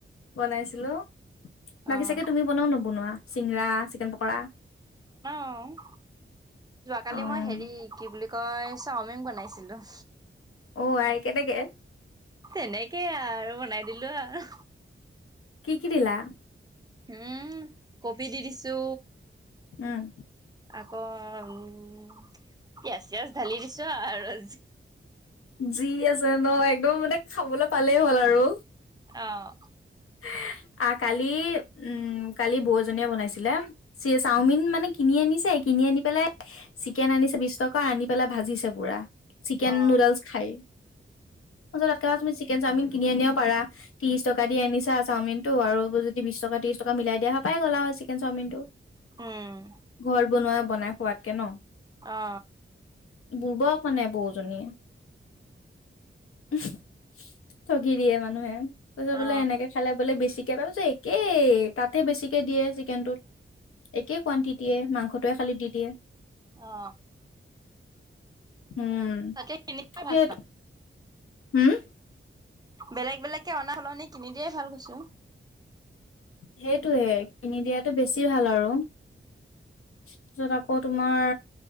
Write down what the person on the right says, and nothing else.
অহ
অ', কালি
মই হেৰি কি বুলি কয় চাওমিন বনাইছিলো।
তেনেকেই আৰু বনাই দিলো আৰু
উম, কবি দি দিছো
আকৌ উম পিয়াজ -চিয়াজ ঢালি দিছো আৰু
অহ।
অ
উম
অ
অ
অহ
তাকে কিনি খাই
ভাল
বেলেগ -বেলেগকে অনা সলনি কিনি দিয়ে ভাল কৈছো।